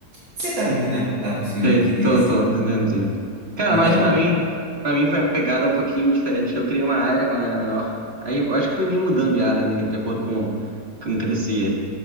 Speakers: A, on the right; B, on the right.
A: você tá me entendendo? Tá conseguindo
B: Sei,
A: me entender
B: tô,
A: assim?
B: tô entendendo, sim. Cara,
A: Então,
B: mas pra mim, pra mim foi uma pegada um pouquinho diferente, que eu criei uma área quando eu era menor. Aí eu acho que fui meio mudando de área, né, de acordo com como crescia.